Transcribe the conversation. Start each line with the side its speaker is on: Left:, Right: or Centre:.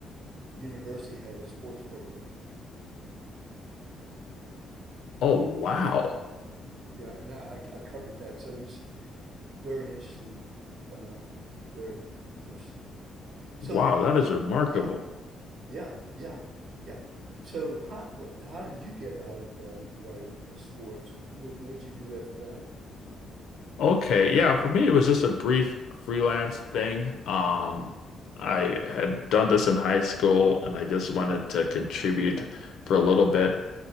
Right: university had a sports program.
Left: Oh, wow.
Right: Yeah, and I, I covered that. So it was very interesting. Uh, very interesting. So
Left: Wow,
Right: let,
Left: that is remarkable.
Right: yeah, yeah, yeah, yeah. So how what how did you get out of uh, writing uh, sports? What what did you do after that?
Left: Okay, yeah, for me it was just a brief freelance thing. Um, I had done this in high school and I just wanted to contribute for a little bit